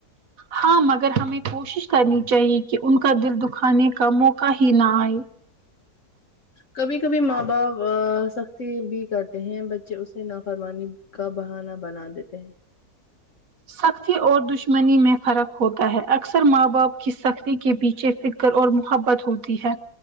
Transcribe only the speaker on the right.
ہاں مگر ہمیں کوشش کرنی چاہیے کہ ان کا دل دکھانے کا موقع ہی نہ آئے
سختی اور دشمنی میں فرق ہوتا ہے اکثر ماں باپ کی سختی کے پیچھے فکر اور محبت ہوتی ہے